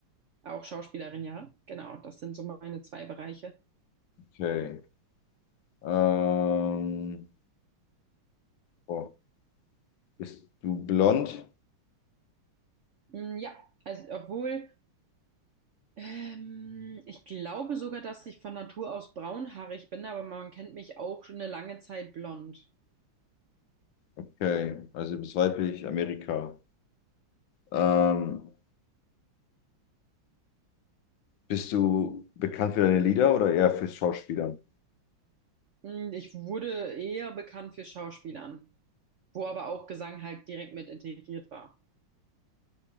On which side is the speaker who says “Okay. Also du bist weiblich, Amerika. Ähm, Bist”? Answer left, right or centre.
Left